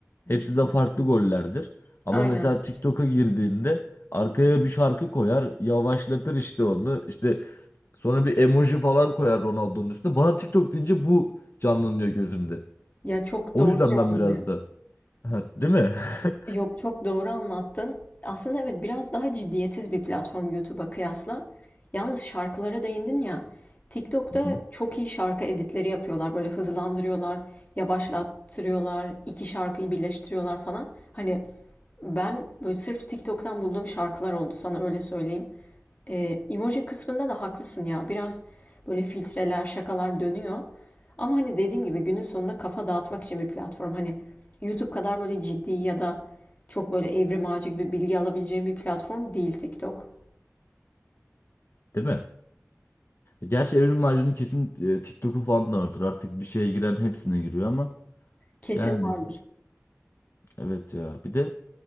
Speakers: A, on the left (about 50°); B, on the left (about 30°).
A: Hepsi de farklı gollerdir. Ama
B: Aynen.
A: mesela TikTok'a girdiğinde arkaya bir şarkı koyar, yavaşlatır işte onu. İşte sonra bir emoji falan koyar Ronaldo'nun üstüne. Bana TikTok deyince bu canlanıyor gözümde.
B: Ya çok
A: O
B: doğru
A: yüzden
B: canlanıyor.
A: ben biraz da <laughs> değil mi? <laughs>
B: Yok çok doğru anlattın. Aslında evet biraz daha ciddiyetsiz bir platform YouTube'a kıyasla. Yalnız şarkılara değindin ya. TikTok'ta
A: Hı hı.
B: çok iyi şarkı editleri yapıyorlar. Böyle hızlandırıyorlar, yavaşlattırıyorlar, iki şarkıyı birleştiriyorlar falan. Hani ben böyle sırf TikTok'tan bulduğum şarkılar oldu sana öyle söyleyeyim. Eee, emoji kısmında da haklısın ya. Biraz böyle filtreler, şakalar dönüyor. Ama hani dediğim gibi günün sonunda kafa dağıtmak için bir platform. Hani YouTube kadar böyle ciddi ya da çok böyle evrim ağacı gibi bilgi alabileceğim bir platform değil TikTok.
A: Değil mi? Gerçi Evrim Ağacı'nın kesin e, TikTok'u falan da vardır. Artık bir şeye giren hepsine giriyor ama
B: Kesin
A: yani
B: vardır.
A: evet ya. Bir de